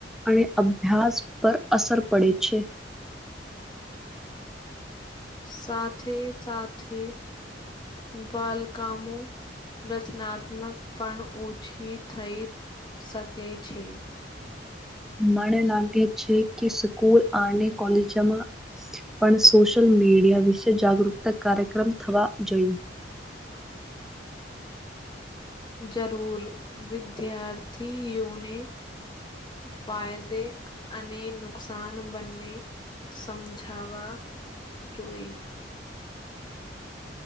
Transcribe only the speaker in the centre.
અને અભ્યાસ પર અસર પડે છે.
મને લાગે છે કે સ્કૂલ અને કોલેજમાં પણ સોશિયલ મીડિયા વિશે જાગૃતતા કાર્યક્રમ થવા જોઈએ.